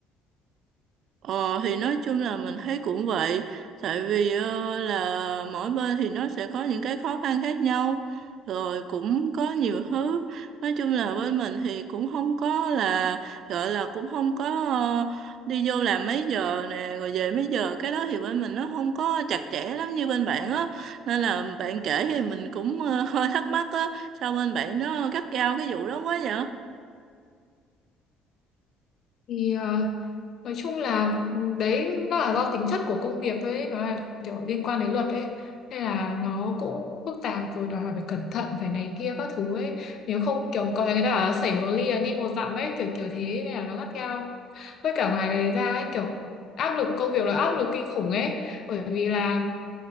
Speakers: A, on the right; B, on the left.
A: Ờ thì nói chung là mình thấy cũng vậy tại vì ờ, là mỗi bên thì nó sẽ có những cái khó khăn khác nhau rồi cũng có nhiều thứ nói chung là bên mình thì cũng không có là gọi là cũng không có ờ, đi vô làm mấy giờ nè rồi về mấy giờ cái đó thì bên mình nó không có chặt chẽ lắm như bên bạn á nên là bạn kể thì mình cũng ờ, <laughs> hơi thắc mắc á sao bên bạn nó gắt gao cái vụ đó quá vậy?
B: Thì nói chung là đấy nó là do tính chất của công việc thôi ấy. Nó là kiểu liên quan đến luật ấy nên là nó cũng phức tạp rồi đòi hỏi phải cẩn thận phải này kia các thứ ấy nếu không kiểu có người ta bảo là xảy một ly là đi một dặm ấy kiểu kiểu thế nên là nó gắt gao với cả ngoài cái ra ấy kiểu áp lực công việc là áp lực kinh khủng ấy bởi vì là